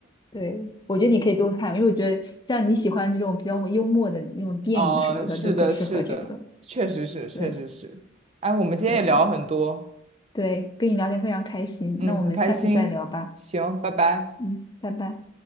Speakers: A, on the left; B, on the right.
A: 对，我觉得你可以多看，因为我觉得像你喜欢这种比较幽默的那种电影什么的，
B: <laughs> 哦，是的，
A: 就更适合这个。
B: 是的，确实是，确实是。
A: 对的，
B: 哎，我们今天也聊了很多，
A: 对的，对，跟你聊天非常开心，
B: 嗯，
A: 那我们下次再聊吧。
B: 很开心。行，拜拜。
A: 嗯，拜拜。